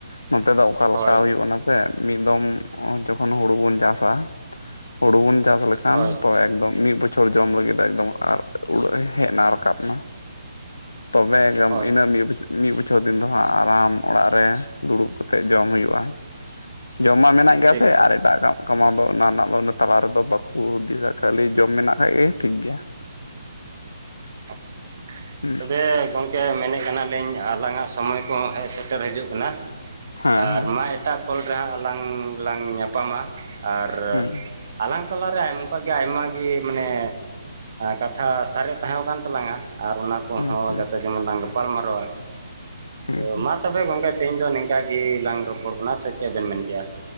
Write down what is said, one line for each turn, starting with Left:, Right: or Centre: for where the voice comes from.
Left: ᱱᱚᱛᱮ ᱫᱚ ᱚᱠᱟᱞᱮᱠᱟ
Right: ᱦᱳᱭ
Left: ᱦᱩᱭᱩᱜ-ᱟ᱾ ᱥᱮ ᱢᱤᱫ ᱫᱚᱢ ᱡᱚᱠᱷᱚᱱ ᱦᱩᱲᱩ ᱵᱚᱱ ᱪᱟᱥᱟ᱾ ᱦᱩᱲᱩ ᱵᱚᱱ ᱪᱟᱥ ᱠᱷᱟᱱ
Right: ᱦᱳᱭ
Left: ᱛᱚ ᱮᱠᱫᱚᱢ ᱢᱤᱫ ᱵᱚᱪᱷ ᱪᱷᱚᱲ ᱡᱚᱢ ᱞᱟᱹᱜᱤᱫ ᱫᱚ ᱮᱠᱫᱚᱢ ᱟᱨ ᱩᱲᱟᱹᱜ ᱮ ᱦᱮᱡ ᱮᱱᱟ ᱨᱟᱠᱟᱵ ᱮᱱᱟ᱾ ᱛᱚᱵᱮ ᱭᱟᱢ
Right: ᱦᱳᱭ
Left: ᱤᱱᱟᱹ ᱢᱤᱫ ᱵᱚᱪᱷᱚ ᱢᱤᱫ ᱵᱚᱪᱷᱚᱨ ᱫᱤᱱ ᱫᱚ ᱦᱟᱸᱜ ᱟᱨᱟᱢ ᱚᱲᱟᱜ ᱨᱮ ᱫᱩᱲᱩᱵ ᱠᱟᱛᱮᱫ ᱡᱚᱢ ᱦᱩᱭᱩᱜ-ᱟ᱾ ᱡᱚᱢ ᱢᱟ ᱢᱮᱱᱟᱜ ᱜᱮᱭᱟ
Right: ᱴᱷᱤᱠ
Left: ᱥᱮ ᱟᱨ ᱮᱴᱟᱜ ᱠᱟᱹ ᱠᱟᱢᱟᱣ ᱫᱚ ᱚᱱᱟ ᱨᱮᱱᱟᱜ ᱫᱚ ᱤᱱᱟᱹ ᱛᱟᱞᱟ ᱨᱮᱫᱚ ᱵᱟᱠᱚ ᱦᱩᱫᱤᱥᱟ ᱠᱷᱟᱹᱞᱤ ᱡᱚᱢ ᱢᱮᱱᱟᱜ ᱠᱷᱟᱡ ᱜᱮ ᱴᱷᱤᱠ ᱜᱮᱭᱟ᱾ <inaudible>
Right: ᱟᱪᱪᱷᱟ
Left: ᱦᱩᱸ
Right: ᱛᱚᱵᱮ ᱜᱚᱝ ᱠᱮ ᱢᱮᱱᱮᱫ ᱠᱟᱱᱟᱞᱤᱧ ᱟᱞᱟᱝᱟᱜ ᱥᱚᱢᱚᱭ ᱠᱚᱦᱚᱸ ᱦᱮᱡ ᱥᱮᱴᱮᱨ ᱦᱤᱡᱩᱜ ᱠᱟᱱᱟ
Left: ᱦᱮᱸ
Right: ᱟᱨ
Left: ᱦᱮᱸ
Right: ᱢᱟ ᱮᱴᱟᱜ ᱠᱚᱞ ᱨᱮ ᱦᱟᱸᱜ ᱟᱞᱟᱝ ᱞᱟᱝ ᱧᱟᱯᱟᱢᱟ ᱟᱨ
Left: ᱦᱩᱸ
Right: ᱟᱞᱟᱝ ᱛᱟᱞᱟᱨᱮ ᱚᱱᱠᱟᱜ ᱜᱮ ᱟᱭᱢᱟ ᱜᱮ ᱢᱟᱱᱮ ᱠᱟᱛᱷᱟ ᱥᱟᱨᱮᱡ ᱛᱟᱦᱮᱸᱣ ᱠᱟᱱ ᱛᱟᱞᱟᱝᱟ ᱟᱨ ᱚᱱᱟ ᱠᱚᱦᱚᱸ
Left: ᱦᱩᱸ ᱦᱩᱸ
Right: ᱡᱟᱛᱮ ᱡᱮᱢᱚᱱ ᱞᱟᱝ ᱜᱟᱯᱟᱞ ᱢᱟᱨᱟᱣᱟ
Left: ᱦᱩᱸ
Right: ᱛᱚ
Left: ᱦᱩᱸ
Right: ᱢᱟ ᱛᱚᱵᱮ ᱜᱚᱝᱠᱮ ᱛᱮᱦᱮᱧ ᱫᱚ ᱱᱤᱝᱠᱟ ᱜᱮ ᱞᱟᱝ ᱨᱚᱯᱚᱲ ᱠᱟᱱᱟ ᱥᱮ ᱪᱮᱫ ᱵᱮᱱ ᱢᱮᱱ ᱠᱮᱜ-ᱟ?